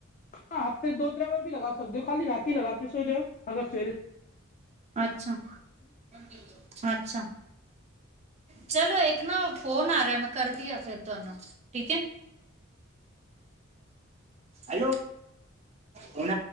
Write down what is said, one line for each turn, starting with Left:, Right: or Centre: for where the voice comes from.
Left: ਹਾਂ ਹਫ਼ਤੇ ਦੋ-ਤਿੰਨ ਵਾਰ ਵੀ ਲਗਾ ਸਕਦੇ ਓ, ਖਾਲੀ ਰਾਤੀ ਲਗਾ ਕੇ ਸੋ ਜਾਓ, ਅਗਰ ਸਵੇਰੇ
Right: ਅੱਛਾ-ਅੱਛਾ। ਚਲੋ ਇੱਕ ਨਾ ਫੋਨ ਆ ਰਿਆ, ਮੈਂ ਕਰਦੀ ਆ ਫੇਰ ਤੁਹਾਨੂੰ, ਠੀਕ ਐ। ਹੈਲੋ, ਕੌਣ